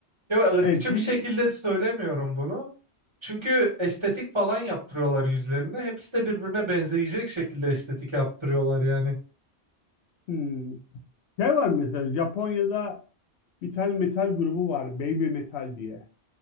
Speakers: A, on the right; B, on the left.
A: ya ırkçı
B: Evet bir
A: bir şekilde söylemiyorum bunu. Çünkü estetik falan yaptırıyorlar yüzlerine. Hepsi de birbirine benzeyecek şekilde estetik yaptırıyorlar yani.
B: hmm, şey var mesela Japonya'da Bir tane metal grubu var. Baby Metal diye.